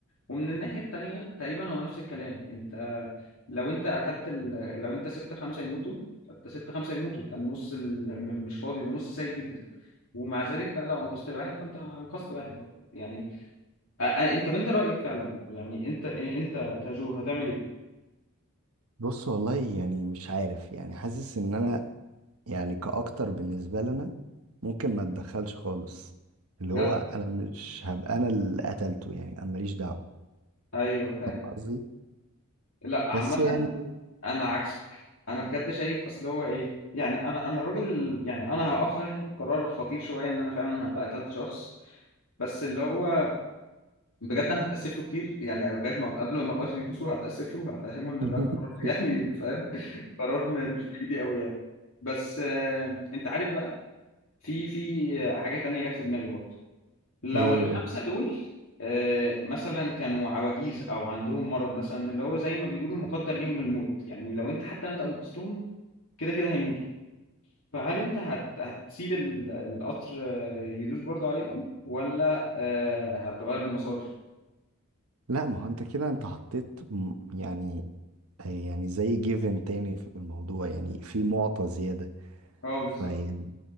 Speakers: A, on the left; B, on the right.
A: ومن الناحية التانية تقريبا هو نفس الكلام انت لو انت قتلت ال... لو انت سبت خمسة يموتوا فانت سبت خمسة يموتوا ده النص ال... م- مش فاضي ده نص سيء جدا ومع ذلك بقى لو انقذت واحد فانت انقذت واحد بقى يعني أ- أ- انت بنت رأيك فعلا يعني انت انت كجو هتعمل ايه
B: بص والله يعني مش عارف يعني حاسس ان انا يعني كاكتر بالنسبه لنا ممكن ما اتدخلش خالص اللي
A: بجد
B: هو انا مش هبقى انا اللي قتلته يعني انا ماليش دعوه
A: ايوه فاهم
B: فاهم قصدي
A: لا عامة
B: بس يعني
A: انا عكسك انا بجد شايف اصل هو ايه يعني انا انا الراجل يعني انا هاخد قرار خطير شوية ان انا فعلا هبقى قتلت شخص بس اللي هو بجد انا هتاسف له كتير يعني لغايه ما قبل ما القش يدوسه هتاسف له هفهمه ان
B: <laughs>
A: ده قرار <laughs> يعني فاهم قرار م- مش بايدي قوي يعني بس آه، انت عارف بقى في في حاجه تانية جت في دماغي برضه لو
B: ايه
A: الخمسه
B: قول
A: دول آه، مثلا كانوا عواجيز او عندهم مرض مثلا اللي هو زي ما بيقولوا مقدر ليهم الموت يعني لو انت حتى لو انت انقذتهم كده كده هيموتوا فهل انت هت... هتسيب ال- القطر آه، يدوس برضه عليهم ولا آه، هتغير المسار
B: لا ما هو انت كده انت حطيت م- يعني يعني زي جيفن تاني في الموضوع يعني في معطى زياده
A: اه بالظبط
B: فيعني